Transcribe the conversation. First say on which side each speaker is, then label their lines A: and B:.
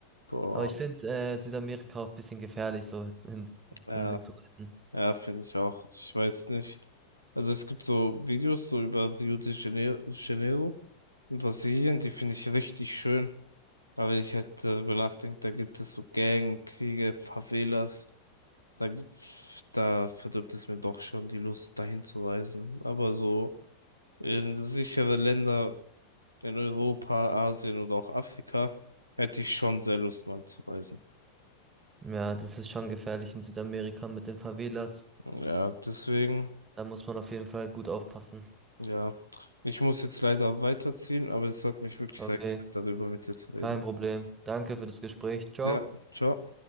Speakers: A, on the right; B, on the right.
A: Boah.
B: Aber ich finde äh, Südamerika auch ein bisschen gefährlich, so hin,
A: Ja,
B: um hinzureisen.
A: ja, finde ich auch. Ich weiß nicht. Also es gibt so Videos so über Rio de Janeiro, Janeiro in Brasilien, die finde ich richtig schön. Aber wenn ich halt darüber nachdenke, da gibt es so Gangkriege, Favelas. Da, da verdirbt es mir doch schon die Lust, dahin zu reisen. Aber so in sichere Länder in Europa, Asien oder auch Afrika, hätte ich schon sehr Lust mal zu reisen.
B: Ja, das ist schon gefährlich in Südamerika mit den Favelas.
A: Ja, deswegen,
B: Da muss man auf jeden Fall gut aufpassen.
A: ja, ich muss jetzt leider weiterziehen, aber es hat mich wirklich
B: Okay,
A: sehr gefreut, darüber mit dir zu reden.
B: kein Problem. Danke für das Gespräch. Ciao.
A: Ja, ciao.